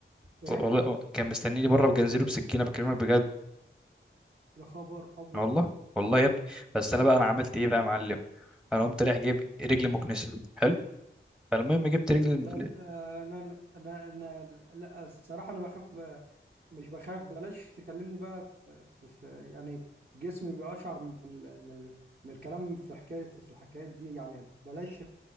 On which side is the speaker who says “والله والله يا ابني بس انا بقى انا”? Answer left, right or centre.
Centre